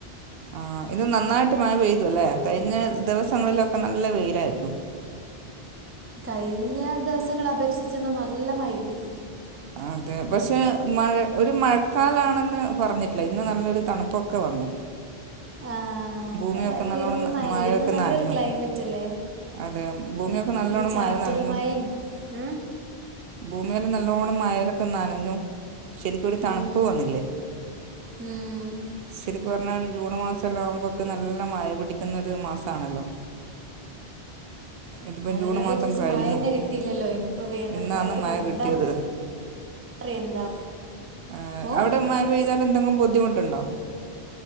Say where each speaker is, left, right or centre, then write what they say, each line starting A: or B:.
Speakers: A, on the right; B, on the right.
A: ആ ഇത് നന്നായിട്ട് മയപെയ്തു അലല്ലേ കഴിഞ്ഞ ദിവസങ്ങളിലൊക്കെ നല്ല വെയിലായിരുന്നു.
B: കഴിഞ്ഞ ദിവസങ്ങളപേക്ഷിച്ചുന്ന് നല്ല മഴെട്ടി
A: അതെ പക്ഷെ മഴ ഒരു മഴക്കാലാണെന്ന് പറഞ്ഞിട്ടില്ല ഇന്ന് നല്ലൊരു തണുപ്പൊക്കെ വന്നു
B: ആഹ് മഴക്കാലായ
A: ഭൂമിയൊക്കെ നല്ലോണ്ണം
B: പെരും മഴല്ലേ
A: മഴയൊക്കെ
B: ഇന്ന് നല്ലൊരു
A: നനഞ്ഞു
B: ക്ലൈമറ്റ് അല്ലേ
A: അതെ ഭൂമിയൊക്കെ നല്ലോണ്ണം
B: ഒരു ചാറ്റൽ
A: മഴ നനഞ്ഞു
B: മഴയും ഏഹ്
A: <unintelligible> നല്ലോണ്ണം മഴലൊക്കെ നനഞ്ഞു ശരിക്കും ഒരു തണുപ്പ്
B: ഉം
A: വന്നില്ലേ
B: ഉം
A: ശരിക്കും പിന്നാ ജൂൺമാസം എല്ലാവുമ്പ തെ നല്ല മഴ പിടിക്കുന്ന ഒരു മാസമാണല്ലോ ഇതിപ്പം
B: അതിനപേക്ഷിച്ച്
A: ജൂൺ മാസം കഴിഞ്ഞു
B: മഴ തന്നെ കിട്ടിയില്ലല്ലോ ഇനിയിപ്പോ വേനൽക്കാലത്ത്
A: ഇന്നാണ് മഴ
B: കണ്ടറിഞ്ഞ്
A: കിട്ടിയത്
B: റി എന്താ
A: എ
B: ഓ
A: അവിടെ മഴ പെയ്താൽ എന്തെങ്കിലും ബുദ്ധിമുട്ടുണ്ടോ?